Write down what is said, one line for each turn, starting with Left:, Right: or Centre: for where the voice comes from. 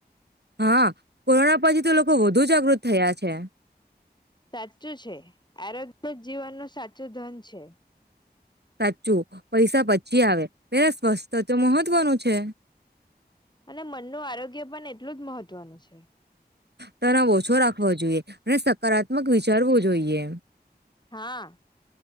Right: હા કોરોના પછી તો લોકો વધુ જાગૃત થયા છે.
Left: સાચું છે, આરોગ્ય જીવનનું સાચું ધન છે.
Right: સાચું પૈસા પછી આવે પેલા સ્વસ્થ તો મહત્વનું છે.
Left: અને મનનું આરોગ્ય પણ એટલું જ મહત્વનું છે.
Right: તને ઓછો રાખવો જોઈએ. અને સકારાત્મક વિચારવુ જોઈએ.
Left: હા